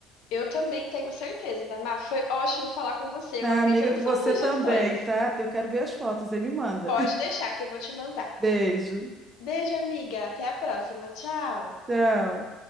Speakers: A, on the left (about 75°); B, on the right (about 20°).
A: Eu também tenho certeza, Má. Foi ótimo falar com você.
B: Ah,
A: Eu amei
B: amiga,
A: todas
B: com
A: as suas
B: você
A: sugestões.
B: também, tá? Eu quero ver as fotos, aí me manda.
A: Pode
B: <laughs>
A: deixar que eu vou te mandar.
B: Beijo.
A: Beijo, amiga. Até a próxima. Tchau.
B: Tchau.